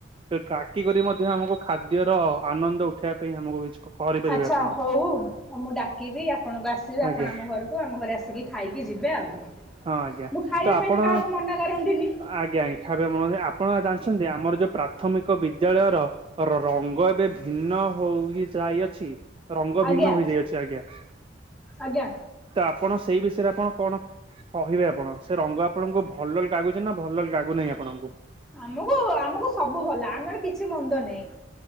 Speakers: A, on the right; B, in the centre.
A: ଟାକି କରି ମଧ୍ୟ ଆମକୁ ଖାଦ୍ୟର ଆନନ୍ଦ ଉଠେଇବା ପାଇଁ ଆମକୁ କିଛି କରିପାରିବେ
B: ଆଚ୍ଛା
A: ଆପଣ
B: ହଉ ଆଉ ମୁଁ ଡାକିବି ଆପଣଙ୍କୁ ଆସିବେ
A: ଆଜ୍ଞା
B: ଆପଣ ଆମ ଘରକୁ। ହଉ ଆମ ଘରେ ଆସିକି ଖାଇକି ଯିବେ ଆଉ।
A: ହଁ ଆଜ୍ଞା
B: ମୁଁ ଖାଇବା
A: ତ ଆପଣ
B: ପାଇଁ କାହାକୁ ମନା କରନ୍ତିନି
A: ଆଜ୍ଞା ଆଜ୍ଞା। ଖାଇବା <unintelligible> ଆପଣ ଜାଣିଛନ୍ତି ଆମର ଯୋଉ ପ୍ରାଥମିକ ବିଦ୍ୟାଳୟର ରଙ୍ଗ ଏବେ ଭିନ୍ନ ହୋଇ ଯାଇଅଛି। ରଙ୍ଗ
B: ଆଜ୍ଞା
A: ଭିନ୍ନ ହେଇଯାଇଅଛି ଆଜ୍ଞା
B: ଆଜ୍ଞା।
A: ତ ଆପଣ ସେଇ ବିଷୟରେ ଆପଣ କଣ କହିବେ ଆପଣ ସେ ରଙ୍ଗ ଆପଣଙ୍କୁ ଭଲ ଲାଗୁଚି ନା ଭଲ ଲାଗୁନାହିଁ ଆପଣଙ୍କୁ।
B: ଆମକୁ ଆମକୁ ସବୁ ଭଲ ଆମର କିଛି ମନ୍ଦ ନାଇଁ।